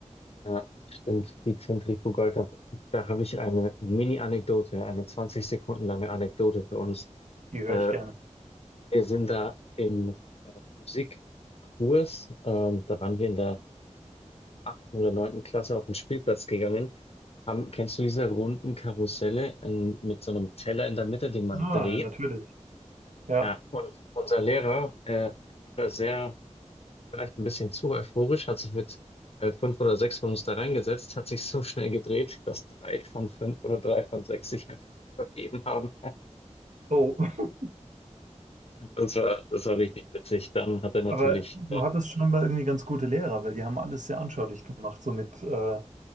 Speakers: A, on the left; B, on the right.
A: Ja, stimmt. Die Zentrifugalkraft. Da habe ich eine Mini-Anekdote, eine 20 Sekunden lange Anekdote für uns.
B: Die höre
A: Äh,
B: ich gerne.
A: wir sind da im äh, Physikkurs, ähm, da waren wir in der achten oder neunten Klasse auf den Spielplatz gegangen. Haben, kennst du diese runden Karusselle in, mit so einem Teller in der Mitte, den man
B: Ah,
A: dreht?
B: natürlich. Ja.
A: Ja, und unser Lehrer äh, hat da sehr vielleicht ein bisschen zu euphorisch, hat sich mit äh, fünf oder sechs von uns da reingesetzt, hat sich so <laughs> schnell gedreht, dass drei von fünf oder drei von sechs sich einfach <laughs> übergeben haben.
B: Oh, <laughs>
A: Das war, das war richtig witzig. Dann hat er natürlich
B: aber du hattest scheinbar irgendwie ganz gute Lehrer, weil die haben alles sehr anschaulich gemacht, so mit äh,